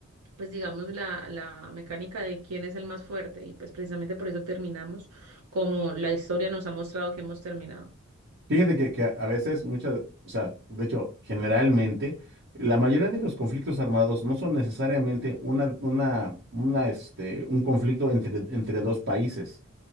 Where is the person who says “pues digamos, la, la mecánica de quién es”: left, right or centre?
Right